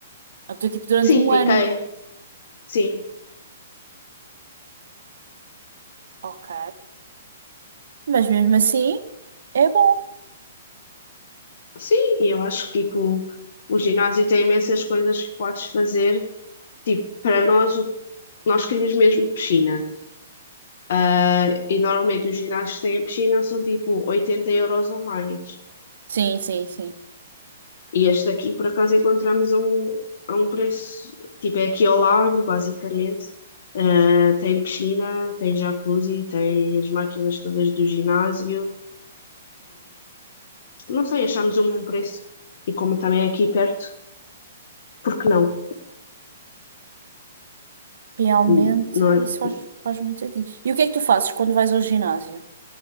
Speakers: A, on the right; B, on the left.
A: Então, tipo, durante
B: Sim,
A: um
B: fiquei,
A: ano.
B: sim,
A: Ok. Mas mesmo assim, é bom.
B: Sim, e eu acho que tipo, o ginásio tem imensas coisas que podes fazer. Tipo, para nós, o- nós queríamos mesmo piscina. Ah, E normalmente os ginásios que têm a piscina são tipo 80 euros ou mais.
A: Sim, sim, sim.
B: E este aqui, por acaso, encontramos a um, a um preço. Tipo, é aqui ao lado, basicamente. Ah, tem piscina, tem jacuzzi, tem as máquinas todas do ginásio. Não sei, achamos um bom preço. E como também é aqui perto, por que não?
A: Realmente,
B: Hum, Não é?
A: isso faz, faz muito sentido. E o que é que tu fazes quando vais ao ginásio?